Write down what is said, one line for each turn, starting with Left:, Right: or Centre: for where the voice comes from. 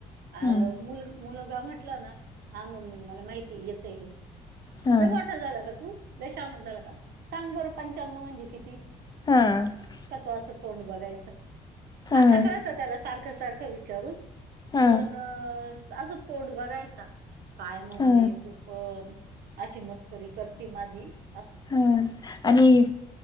Right: अ
Left: हम्म.
Right: मुल-मुलगा म्ह म्हटलं ना, हां मम्मी मला माहिती, येतय हे,
Left: हा
Right: लय मोठा झाला का तू? लय शहाना झालं का? सांग बरं, पंच्यानव, म्हणजे किती?
Left: हा
Right: का तो, असं तोंड बघायचं. आता
Left: हा.
Right: कळतं, त्याला सारखं- सारखं विचारून,
Left: हा
Right: पण अं अं असं, तोंड बघायचा, काय मम्मे
Left: हा
Right: तू पण? अशी मस्करी करती माझी, असं.
Left: हं आणि